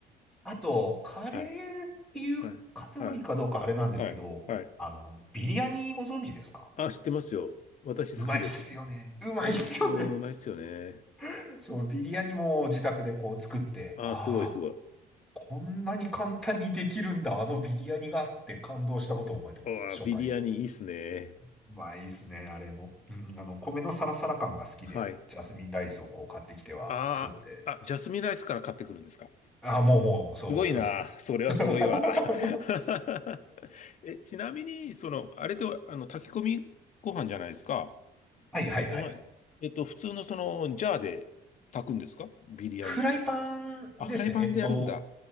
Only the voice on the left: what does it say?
はい。はい。はい。はい。はい。
あ、知ってますよ。私好きです。
美味しい、うーん、うまいっすよね。
あ、
すごいすごい。
うわ、
ビリヤニいいっすね。
はい。
ああ、あ、ジャスミンライスから買ってくるんですか
すごいな。
それはすごいわ。
<laughs> え、ちなみに、その、あれと、あの、炊き込みご飯じゃないですか。
そ、そえっと、普通のその、ジャーで炊くんですかビリヤニつく。
あ、フライパンでやるんだ。